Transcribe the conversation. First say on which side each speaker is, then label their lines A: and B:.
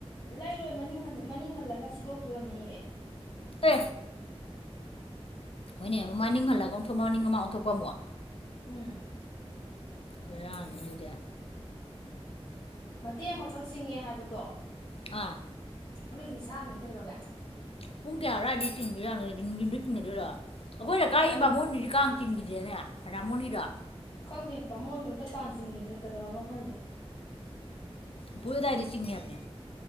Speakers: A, on the left; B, on the left.
A: ꯂꯩꯔꯣꯏ ꯃꯅꯤꯡ ꯃꯅꯤꯡ ꯍꯜꯂꯒ ꯁꯤꯗꯣꯛꯇꯣꯏ ꯑꯣꯏꯔꯝꯅꯤꯌꯦ
B: ꯇꯦ ꯍꯣꯏꯅꯦ ꯃꯅꯤꯡ ꯍꯜꯂꯒ ꯑꯣꯟꯊꯣꯛꯄ ꯃꯅꯤꯡ ꯃꯃꯥꯡ ꯑꯣꯟꯊꯣꯛꯄ ꯑꯃꯨꯛ
A: ꯎꯝ
B: ꯕꯔꯅꯤ ꯑꯗꯨꯗ‌ꯦ
A: ꯃꯇꯦꯛ ꯑꯃꯈꯛ ꯆꯤꯡꯉꯦ ꯍꯥꯏꯕꯗꯣ
B: ꯑꯥ
A: <unintelligible> ꯀꯩꯗꯧꯔꯒꯦ
B: ꯄꯨꯡ ꯀꯌꯥ ꯑꯔꯋꯥꯏꯗ ꯆꯤꯟꯗꯣꯏꯔꯅꯣ ꯅꯨꯡꯤꯟꯗ ꯆꯤꯡꯟꯅꯗꯣꯏꯔꯣ ꯑꯩꯈꯣꯏ ꯂꯩꯀꯥꯏꯒꯤ
A: ꯑꯥ ꯅꯨꯡ
B: ꯕꯥꯃ‌ꯣꯟꯗꯤ ꯀꯥꯡ ꯇꯤꯟꯈꯤꯗ꯭ꯔꯦꯅꯦ ꯍꯥꯔꯥꯃꯣꯅꯤꯗꯣ
A: ꯈꯪꯗꯦ ꯚꯥꯃ‌ꯣꯟꯅ ꯑꯝꯇ ꯀꯥꯡ ꯆꯤꯡꯈꯤꯗ꯭ꯔ ꯀꯩꯗꯧꯔꯕꯝꯅꯣ ꯈꯪꯗꯦ
B: ꯄꯨ ꯑꯗꯋꯥꯏꯗꯤ ꯆꯤꯡꯉꯦ ꯍꯥꯏꯕꯅꯦ